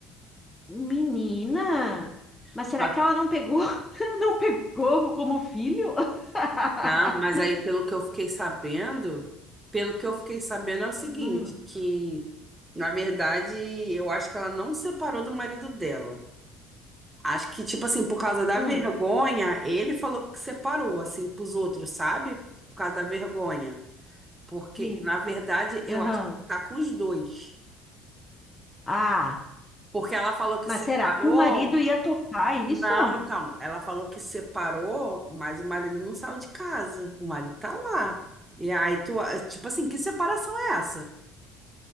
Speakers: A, on the left; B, on the right.
A: Menina! Mas
B: Só
A: será
B: que-
A: que ela não pegou, <laughs> não pegou como filho? <laughs>
B: não, mas aí pelo que eu fiquei sabendo, pelo que eu fiquei sabendo é o seguinte,
A: Hum.
B: que na verdade eu acho que ela não separou do marido dela. Acho que, tipo assim, por causa da
A: Hum,
B: vergonha, ele falou que separou, assim, pros outros, sabe? Por causa da vergonha. Porque,
A: sim.
B: na verdade, eu
A: Aham.
B: acho que tá com os dois.
A: Ah,
B: Porque ela falou que
A: mas
B: separou
A: será que o marido ia topar isso?
B: Não, então, ela falou que separou, mas o marido não saiu de casa. O marido tá lá. E aí tu, eh, tipo assim, que separação é essa?